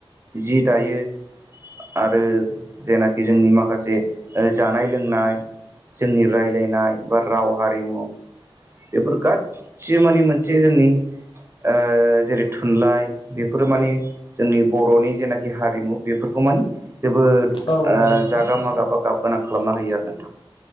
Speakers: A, on the right; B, on the left.
A: जि दायो आरो जेनाखि जोंनि माखासे जानाय लोंनाय जोंनि रायलायनाय बा राव हारिमु बेफोर गाससिबो माने मोनसे जोंनि ओ जेरै थुनलाइ बेफोरो माने जोंनि बरनि जेनाखि हारिमु बेफोरखौ माने जोबोद
B: औ
A: आं
B: नंगौ नोंथां
A: जागा
B: थारैनो
A: मागा बा गाब गोनां खालामना होयो आरो नोंथां